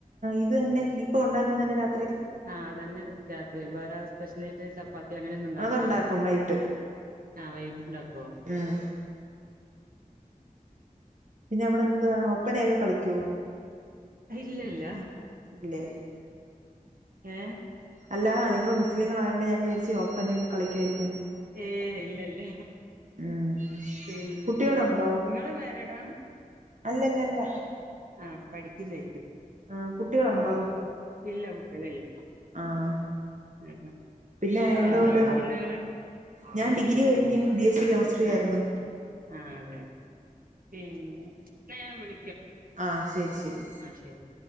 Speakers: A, on the right; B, on the right.
A: ഇത് തന്നെ ഇപ്പൊ ഉണ്ടാക്കുന്ന തന്നെ രാത്
B: ആഹ അതന്നെ ത് ബറ സ്ഷില ചപ്പാത്തി അങ്ങനെയ ഒന്ന ഉണ്ടാക്കൂല
A: അതുണ്ടാക്കും വൈകിട്ട്
B: ആ വൈകിട്ട ഇണ്ടാക്കുവോ
A: ഉം പിന്നെ അവിടെ എന്ത ഒപ്പനയൊക്കെ കളിക്കോ
B: ഇല്ല ഇല്ല
A: ഇല്ലെ
B: ഹഹ
A: അല്ല നിങ്ങള്ൾ മുസ്ലീങ്ങളൾ ഞാ വിചാരിച്ച് ഒപ്പെന യക്കെ കളിക്കുവാ യിരിക്കും
B: ഏ ഇല്ല ഇല്ല
A: ഉം
B: പിന്നെ
A: കുട്ടികളുണ്ടോ
B: നിങ്ങള് വേറെടാണ്
A: അല്ലല്ലല്ല
B: ആ പഠിക്കുന്നും
A: ആ കുട്ടികളുണ്ടോ
B: ഇല്ല കുട്ടികളില്ല
A: ആഹ
B: ആ
A: പിന്നെ എന്തൊണ്ട്
B: എന്താ പഠിക്കുന്നെ നിങ്ങള്
A: ഞാൻ ഡിഗ്രി കഴിഞ്ഞ് ബി എസ് സി കെമിസ്ട്രി ആയിരുന്നു
B: ആ ആ അതെയോ പിന്നെ നഞ വള
A: ആ ശരി ശരി
B: ആഹ ശരി